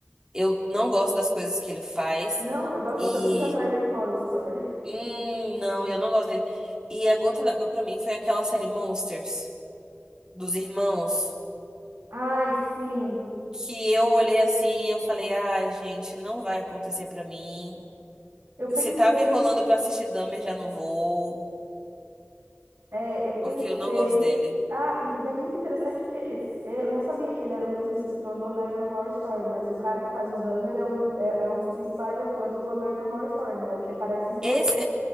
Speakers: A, on the right; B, on the right.
A: Eu não gosto das coisas que ele faz.
B: Não, eu gosto
A: E.
B: tanto de American Horror Story.
A: Hum, não, eu não gosto dele. E a gota d'água pra mim foi aquela série Monsters, dos irmãos,
B: Ai, sim.
A: que eu olhei assim e eu falei, ai, gente, não vai acontecer pra mim.
B: Eu pensei...
A: Se tava enrolando pra assistir Dahmer, já não vou,
B: é, eu pensei...
A: porque eu não gosto dele.
B: Ah, e e é muito interessante porque esse- é, eu não sabia que ele era o mesmo escritor do American Horror Story, mas o cara que faz o Dahmer é, um é é um dos principais atores do American Horror Story, né? O que aparece em to-
A: Esse,